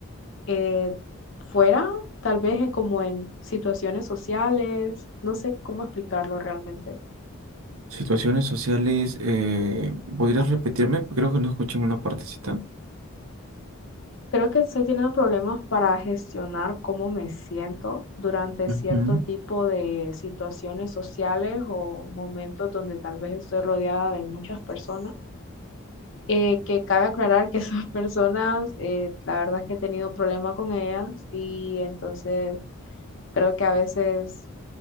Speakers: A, on the left; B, on the right.
A: eh, fuera, tal vez en- como en situaciones sociales. No sé cómo explicarlo realmente.
B: Situaciones sociales, eh, ¿podrías repetirme? Creo que no escuché una partecita.
A: Creo que estoy teniendo problemas para gestionar cómo me siento durante
B: Ujú.
A: cierto tipo de situaciones sociales o momentos donde tal vez estoy rodeada de muchas personas. Eh, que cabe aclarar que <laughs> esas personas, eh, la verdad es que he tenido problemas con ellas y entonces creo que a veces